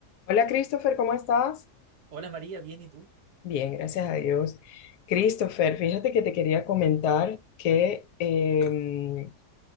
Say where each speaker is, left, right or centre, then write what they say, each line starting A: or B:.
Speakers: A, on the left; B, on the right.
A: Hola Christopher, ¿cómo estás?
B: Hola María, bien, ¿y tú?
A: Bien, gracias a Dios. Christopher, fíjate que te quería comentar que em,